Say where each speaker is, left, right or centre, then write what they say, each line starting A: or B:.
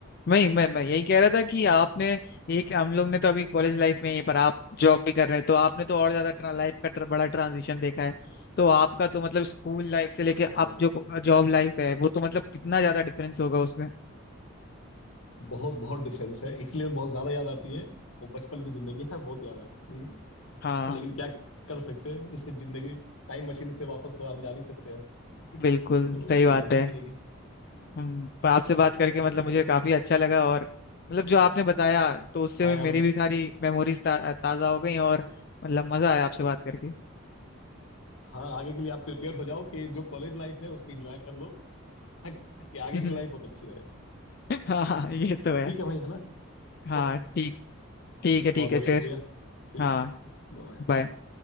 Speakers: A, on the left; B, on the left.
A: वही मैं मैं यही कह रहा था कि आपने एक हम लोग ने तो अभी कॉलेज लाइफ में ही पर आप जॉब भी कर रहे हैं तो आपने तो और ज्यादा ट्रा, लाइफ का ट्र, बड़ा ट्रांजिशन देखा है तो आपका तो मतलब स्कूल लाइफ से लेके
B: हाँ
A: अब जो जॉब लाइफ है वो तो मतलब कितना ज्यादा डिफरेंस होगा उसमें
B: बहुत बहुत डिफरेंस है इसलिए बहुत ज्यादा याद आती है वो बचपन की जिंदगी है बहुत याद आती है
A: हाँ
B: <laughs> लेकिन क्या कर सकते हैं <laughs> जिंदगी टाइम मशीन से वापस तो हम जा नहीं सकते हम
A: बिल्कुल
B: तो
A: सही बात
B: गुजारनी
A: है
B: ही पड़ेगी हम्म,
A: हम्म पर आपसे बात करके मतलब
B: हाँ नहीं
A: मुझे काफी अच्छा लगा और मतलब जो आपने बताया तो उससे
B: हाँ
A: भी
B: यार
A: मेरी भी सारी मेमोरीज ता, ताजा हो गई और मतलब मजा आया आपसे बात करके
B: हाँ आगे के लिए आप प्रिपेयर हो जाओ कि जो कॉलेज लाइफ है उसको एंजॉय कर लो ताकि आगे
A: <laughs>
B: की लाइफ बहुत अच्छी रहे
A: हाँ हाँ,
B: हम्म,
A: ये तो है
B: ठीक है भाई है ना
A: हाँ
B: बहुत
A: ठीक ठीक है ठीक
B: बहुत
A: है फिर
B: शुक्रिया ठीक
A: हाँ
B: है बाय
A: बाय